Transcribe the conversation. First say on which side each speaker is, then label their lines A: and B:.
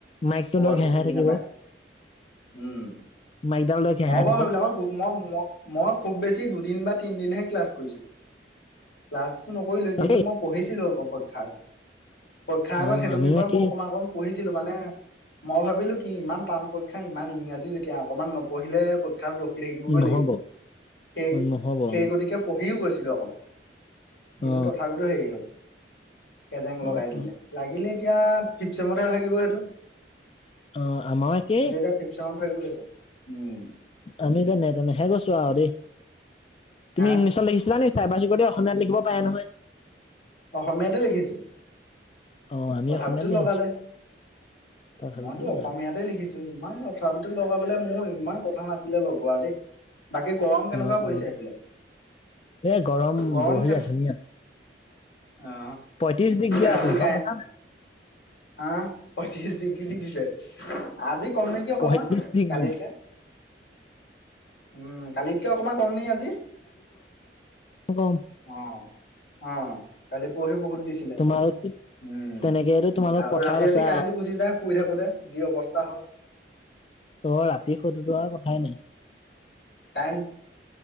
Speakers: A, on the left (about 30°); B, on the left (about 70°).
A: মাইকটো
B: পবাতটো
A: লৈ ঘেহাই
B: বুজি
A: থাকিব
B: নাপায় <unintelligible> উম
A: মাইকডাল লৈ ঘেহাই
B: মই বাৰু
A: থাকে
B: সেইবিলাকৰ মই মই খুব বেছি দুদিন বা তিনদিনহে ক্লাছ কৰিছো ক্লাছটো নকৰিলো কিন্তু
A: দেই
B: মই পঢ়িছিলো আকৌ পক্ষাৰ পৰীক্ষাৰ
A: অ
B: আগত সেইটো
A: আমি
B: বিষয়ে
A: মানে কি
B: মই <unintelligible> পঢ়িছিলো মানে মই ভাবিলো কি ইমান টান পৰীক্ষা ইমান ইংৰাজী যেতিয়া অকমান নপঢ়িলে কঠাত ৰখি থাকিবগৈ
A: নহব
B: লাগিব সেই
A: অ নহব অ
B: সেই গতিকে পঢ়িও গৈছিলো অকমান কিন্তু
A: অ
B: তথাপিতো হেৰি হ'ল কেজেং লগাই
A: অ
B: দিলে
A: অ
B: লাগিলে এতিয়া ফিফ চেমতে ভাগিব সেইটো <unintelligible>
A: আহ আমাৰো একেই
B: সেইটো এতিয়া ফিফ চেমত উম <unintelligible>
A: আমি তেনে <unintelligible> তেনেহে গৈছো আৰু দেই তুমি
B: হা
A: ইংলিছত লিখিছিলা নিে চাৰ্বা চিকট অসমীয়াত লিখিব পাৰে নহয় <unintelligible>
B: অসমীয়াতে লিখিছো
A: অ আমি
B: তথাপিতো
A: অসমীয়াত লিখিছো
B: লগালে
A: তথাপিতো
B: মইতো
A: লগা
B: অসমীয়াতে
A: নাই
B: লিখিছো ইমান তথাপিতো লগ বোলে মোৰ ইমান কথা নাছিলে লগোৱা দেই বাকী গৰম কেনেকুৱা
A: অ
B: পৰিছে
A: অ
B: সেইফালে
A: এ
B: গৰম
A: বঢ়িয়া
B: কে
A: ধুনীয়া
B: অ
A: পঁয়ত্ৰিশ ডিগ্ৰী
B: ৰাতি
A: আজি
B: কাই
A: গম পাইছা
B: <unintelligible>
A: নাই
B: হা পঁচিছ ডিগ্ৰী দি দিছে আজি কম নেকি অকমান
A: পঁয়ত্ৰিশ ডিগ্ৰী
B: কালিতকে উম কালিতকে অকমান কম নি আজি
A: কম
B: অ অ কালি পঢ়হি বহুত দিছিলে
A: তোমাৰো কি
B: উম <unintelligible>
A: তেনেকেতো তোমালোক
B: আৰু
A: পথাৰত
B: ৰাতি ৰাতি
A: আছা
B: কাৰেন্টটো গুচি যায় শুই থাকোতে যি অৱস্থা হয়
A: তোৰ ৰাতি শুটেৱা কথাই নাই <unintelligible>
B: কাৰেণ